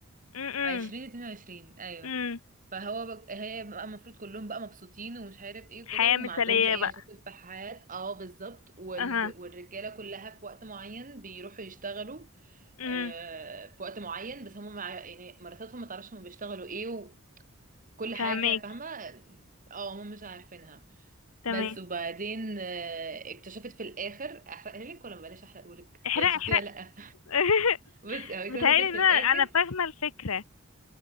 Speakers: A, on the left (about 80°); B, on the right (about 40°).
A: امم
B: 20 22 ايوه
A: امم
B: فهو بق... هي بقى المفروض كلهم بقى مبسوطين ومش عارف ايه وكده
A: حياة
B: وما
A: مثالية
B: عندهمش اي
A: بقى
B: مشاكل في الحياة اه بالظبط وال...
A: اها
B: والرجالة كلها في وقت معين بيروحوا يشتغلوا
A: امم
B: آه في وقت معين بس هم مع... يعني مراتاتهم ما تعرفش هم بيشتغلوا ايه وكل حاجة
A: فهماكي
B: فاهمة اه هم مش عارفينها
A: تمام
B: بس وبعدين آه، اكتشفت في الاخر احرقها لك ولا ما بلاش احرقهولك
A: احرق
B: يعني شفتي
A: احرق
B: ولا لأ؟
A: <laughs>
B: بص هو اكتشفت
A: متهيألي ان
B: في الاخر
A: انا انا فاهمة الفكرة